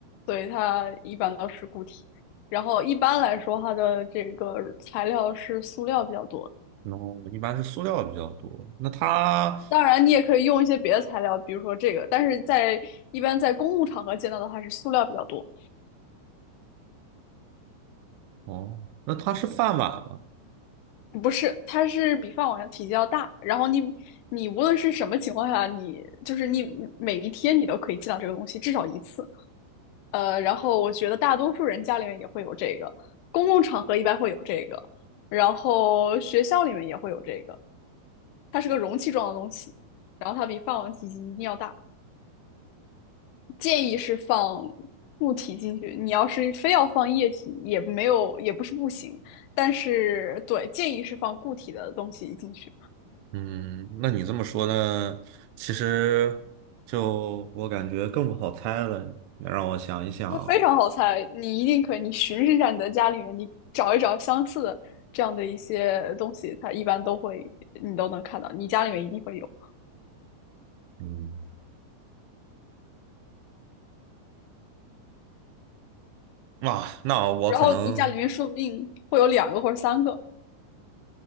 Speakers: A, on the left; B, on the right.
A: 所以它一般都是固体。然后一般来说，它的这个材料是塑料比较多。
B: 然后一般是塑料比较多，那它
A: 当然，你也可以用一些别的材料，比如说这个，但是在一般在公共场合见到的话，它是塑料比较多。
B: 哦，那它是饭碗吗？
A: 不是，它是比饭碗的体积要大，然后你你无论是什么情况下，你就是你每一天你都可以见到这个东西至少一次。呃，然后我觉得大多数人家里面也会有这个，公共场合一般会有这个，然后学校里面也会有这个。它是个容器状的东西，然后它比饭碗体积一定要大。建议是放固体进去，你要是非要放液体，也没有，也不是不行。但是对，建议是放固体的东西进去。
B: 嗯，那你这么说呢？其实就我感觉更不好猜了。你让我想一想，
A: 它非常好猜，你一定可以，你巡视一下你的家里面，你找一找相似的这样的一些东西，它一般都会，你都能看到，你家里面一定会有。
B: 嗯，啊，那我可能，
A: 然后你家里面说不定会有两个或者三个